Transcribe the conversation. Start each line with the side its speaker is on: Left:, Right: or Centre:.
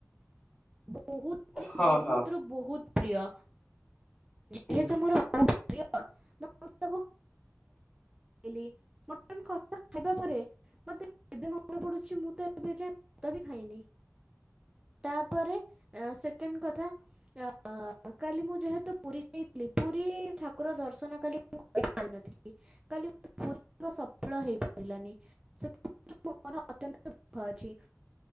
Right: ବହୁତ ରୁ
Left: ହଁ
Right: ବହୁତ
Left: ହଁ
Right: ରୁ ବହୁତ ପ୍ରିୟ
Left: ହୁଁ।
Right: ଯେହେତୁ ମୋର ବହୁତ ପ୍ରିୟ <unintelligible> ମଟନ କ ଖାଇଲି ମଟନ୍ କଷା ଖାଇବା ପରେ ମତେ ଏବେ ମନେ ପଡୁଚି ମୁଁ ତ ଏବେ ଯାଏ ଭାତ ବି ଖାଇନି ତାପରେ ସେକଣ୍ଡ କଥା ଅଁ ଅ କାଲି ମୁଁ ଯେହେତୁ ପୁରୀ ଯାଇଥିଲି ପୁରୀ ଠାକୁର ଦର୍ଶନ କାଲି କରି ପାରିନଥିଲି କାଲି ପୁରୀ ସଫଳ ହେଇପାରିଲାନି ସେଥିପାଇଁ ମୋ ମନ ଅତ୍ୟନ୍ତ ଦୁଃଖ ଅଛି